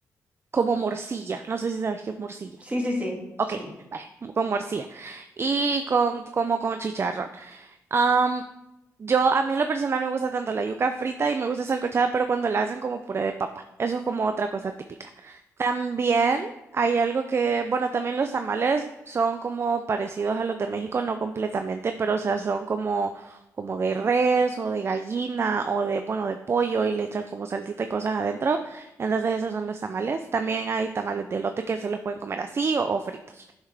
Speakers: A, on the right; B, on the right.
A: como morcilla. No sé si sabes qué es morcilla.
B: Sí, sí, sí,
A: Ok,
B: sí.
A: vale, con morcilla. Y con, como con chicharrón. Am, yo, a mí en lo personal me gusta tanto la yuca frita y me gusta salcochada, pero cuando la hacen como puré de papa. Eso es como otra cosa típica. También hay algo que, bueno, también los tamales son como parecidos a los de México, no completamente, pero o sea, son como, como de res o de gallina o de, bueno, de pollo y le echan como salsita y cosas adentro. Entonces esos son los tamales. También hay tamales de elote que se los pueden comer así o o fritos.